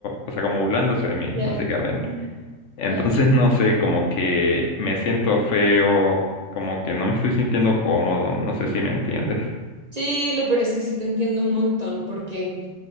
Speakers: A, on the left; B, on the right.
A: o sea, como burlándose de mí,
B: ya.
A: básicamente.
B: Mm,
A: Entonces,
B: Claro.
A: no sé, como que me siento feo, como que no me estoy sintiendo cómodo, no sé si me entiendes.
B: Sí, lo peor es que sí te entiendo un montón, porque